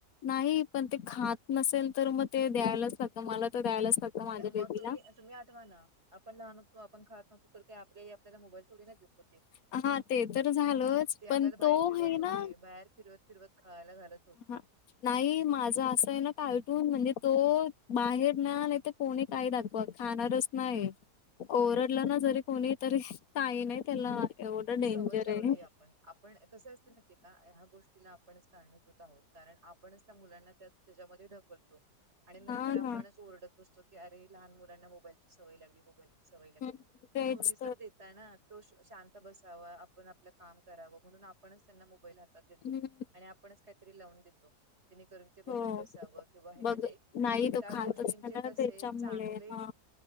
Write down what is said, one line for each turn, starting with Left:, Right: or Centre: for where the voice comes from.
Left: नाही पण ते खात नसेल तर मग ते द्यायलाच लागतं मला तर द्यायलाच लागतं माझ्या
Right: म मग
Left: बेबीला.
Right: तुम्ही तुम्ही आठवा ना आपण लहान होतो आपण खात नव्हतो तर काही आपली आई आपल्याला मोबाईल थोडी ना देत होती
Left: हा ते तर झालंच
Right: ते आपल्याला
Left: पण
Right: बाहेर
Left: तो
Right: फिरवत
Left: हे
Right: होती
Left: ना
Right: बाहेर फिरवत फिरवत खायला घालत होते
Left: हा नाही माझं असं आहे ना कारटून म्हणजे तो बाहेर नाय आले तर कोणी काय दाखवा खाणारच नाही ओरडला ना जरी कोणी तरी काही नाही त्याला एवढं डेंजर
Right: सवय लावलीये
Left: आहे.
Right: आपण आपण कसं असतंय माहिते का ह्या गोष्ट टीला आपणचं कारणीभूत आहोत कारण आपणच त्या मुलांना त्या त्याच्यामध्ये ढकलतो आणि नंतर
Left: हा
Right: आपणच
Left: ना
Right: ओरडत बसतो की अरे लहान मुलांना मोबाईलची सवय लागली मोबाईल सवय लागली
Left: हम्म,
Right: पण
Left: तेच
Right: तुम्हीच तर देताय ना तो शांत बसावं आपण आपलं काम करावं म्हणून आपणच त्यांना मोबाईल हातात देतो
Left: हम्म,
Right: आणि आपणच काहीतरी लावून देतो जेणेकरून ते बघत
Left: हो
Right: बसावं किंवा हे
Left: बघ
Right: म्हणजे त्या
Left: नाही तो खातच
Right: गोष्टींचे
Left: नाही
Right: कसे
Left: ना त्याच्यामुळे
Right: चांगले
Left: हा